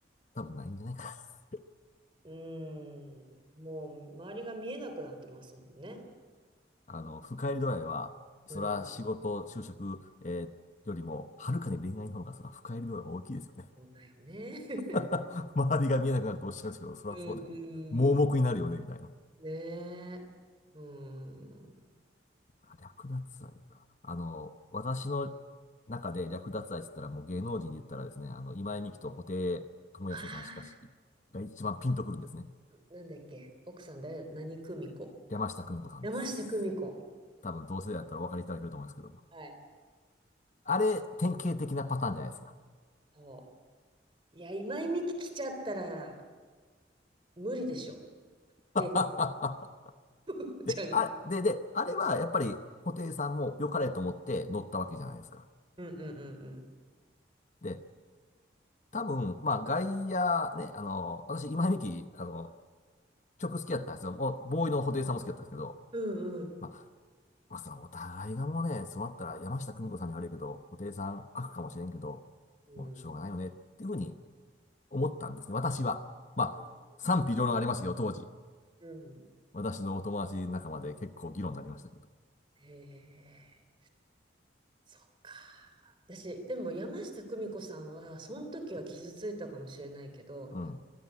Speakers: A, on the left (about 40°); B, on the right (about 30°).
A: 多分ないんじゃないかな。
B: うーん、もう周りが見えなくなってますもんね。
A: <laughs> あの、深入り度合いは、それは仕事、
B: うん、
A: 就職、えーよりも、はるかに恋愛の方が、それは深入り度合いが大きいですよね。
B: そうだよね。<laughs>
A: <laughs> 周りが見えなくなるとおっしゃるんですけど、それはそうだよね。
B: うんうん。
A: 盲目になるよね、
B: <laughs>
A: みたいな。
B: ねえ。うん。
A: あ略奪愛か。あの、私の中で略奪愛って言ったら、もう芸能人で言ったらですね、あの、今井美樹と布袋寅泰さんしかし、
B: あ
A: が一番ピンとくるんですね。
B: なんだっけ、奥さん誰だ、何久美子。
A: 山下久美子さんです。
B: 山下久美子。
A: 多分同世代だったらお分かりいただけると思いますけども。
B: はい。
A: あれ、典型的なパターンじゃないですか。
B: そう。いや、今井美樹来ちゃったら無理でしょ。
A: <laughs>
B: で、こうちゃん。
A: で、あ、で、で、あれはやっぱり布袋さんも良かれと思って乗ったわけじゃないですか。
B: うんうんうんうん。
A: で、多分、まあ、外野ね、あの、私、今井美樹、あの、曲好きだったんですよ。もう、ボーイの布袋さんも好きだったんですけど、
B: うんうん。
A: ままあさ、そのお互いがもうね、そうなったら山下久美子さんに悪いけど、布袋さん悪かもしれんけど、
B: うん
A: もうしょうがないよねっていうふうに思ったんですね、私は。まあ、
B: うんうん。
A: 賛否両論ありましたけど、当時。
B: うん
A: 私のお友達仲間で結構議論になりましたけど。
B: へえ。そっか。私、でも山下久美子さんは、その時は傷ついたかもしれないけど、
A: うん。